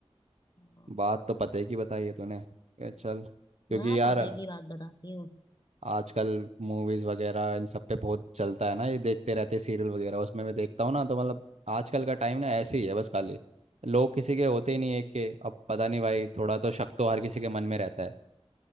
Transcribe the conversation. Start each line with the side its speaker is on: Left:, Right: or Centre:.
Left: हाँ,
Right: बात तो पते की बताई है तूने ए, चल क्योंकि
Left: मैं
Right: यार
Left: पते की बात बताती हूँ
Right: आजकल मूवीज वगैरह इन सब पे बहुत चलता है ना ये देखते रहते सीरियल वगैरह उसमें मैं देखता हूँ ना तो मतलब आजकल का टाइम ना ऐसे ही है बस खाली लोग किसी के होते ही नहीं एक के अब पता नहीं भाई थोड़ा तो शक तो हर किसी के मन में रहता है